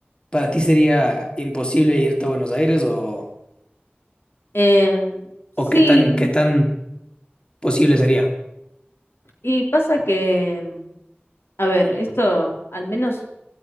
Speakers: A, on the left; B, on the left.
A: ¿para ti sería imposible irte a Buenos Aires o...?
B: Eh, sí,
A: o qué tan, qué tan posible sería.
B: Y pasa que, mm, a ver, esto, al menos